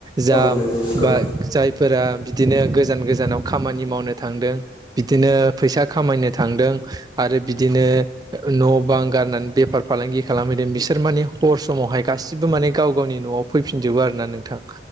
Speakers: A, on the right; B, on the left.
A: जाम
B: औ नंगौ नंगौ
A: बा जाय फोरा बिदिनो गोजान गोजानाव खामानि मावनो थांदों, बिदिनो फैसा खामायनो थांदों, आरो बिदिनो न' बां गारनानै बेफार फालांगि खालामहैदों बिसोर मान हर सम मावहाय गासिबो माने गाव गावनि न'आव फैफिनजोबो आरोना नोंथां।